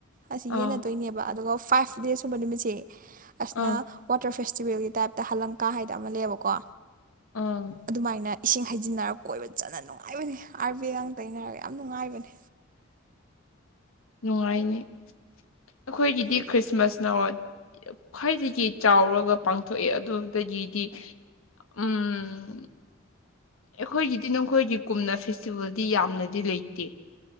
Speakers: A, on the right; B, on the left.
A: ꯑꯁꯤ
B: ꯑꯥ
A: ꯌꯦꯟꯅꯗꯣꯏꯅꯦꯕ ꯑꯗꯨꯒ ꯐꯥꯏꯐ ꯗꯦ ꯁꯨꯕ ꯅꯨꯃꯤꯠꯁꯤ ꯑꯁꯅ
B: ꯑꯥ
A: ꯋꯥꯇꯔ ꯐꯦꯁꯇꯤꯕꯦꯜꯒꯤ ꯇꯥꯏꯞꯇ ꯍꯂꯪꯀꯥ ꯍꯥꯏꯗ ꯑꯃ ꯂꯩꯌꯦꯕꯀꯣ
B: ꯑꯥ
A: ꯑꯗꯨꯃꯥꯏꯅ ꯏꯁꯤꯡ ꯍꯩꯖꯤꯟꯅꯔꯒ ꯀꯣꯏꯕ ꯆꯠꯅ ꯅꯨꯡꯉꯥꯏꯕꯅꯤ ꯑꯥꯔ ꯕꯤꯒ ꯇꯩꯅꯔꯒ ꯌꯥꯝ ꯅꯨꯡꯉꯥꯏꯕꯅꯦ
B: ꯅꯨꯡꯉꯥꯏꯅꯤ ꯑꯩꯈꯣꯏꯒꯤꯗꯤ
A: ꯎꯝ
B: ꯈ꯭ꯔꯤꯁꯃꯥꯁꯅ ꯈ꯭ꯋꯥꯏꯗꯒꯤ ꯆꯥꯎꯔꯒ ꯄꯥꯡꯊꯣꯛꯑꯦ ꯑꯗꯨꯗꯒꯤꯗꯤ ꯎꯝ ꯑꯩꯈꯣꯏꯒꯤꯗꯤ ꯅꯈꯣꯏꯒꯤ ꯀꯨꯝꯅ ꯐꯦꯁꯇꯤꯚꯦꯜꯗꯤ ꯌꯥꯝꯅꯗꯤ ꯂꯩꯇꯦ